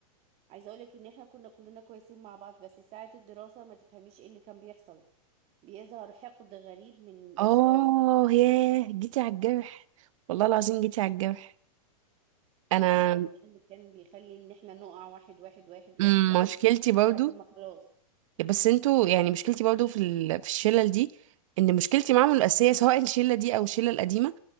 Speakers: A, on the right; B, on the right.
A: عايزة اقولك ان احنا كنا كلنا كويسين مع بعض بس ساعة الدراسة ما تفهميش ايه اللي كان بيحصل بيظهر حقد غريب من الاشخاص
B: اه ياه جيتي على الجرح والله العظيم جيتي على الجرح انا
A: ما هو ده اللي كان بيخلي ان احنا نقع واحد واحد واحد واحد
B: أمم،
A: واحد
B: مشكلتي برضو
A: لحد ما خلاص
B: بس انتوا يعني مشكلتي برضو في ال... في الشلل دي ان مشكلتي معاهم الاساسيه سواء الشله دي او الشله القديمه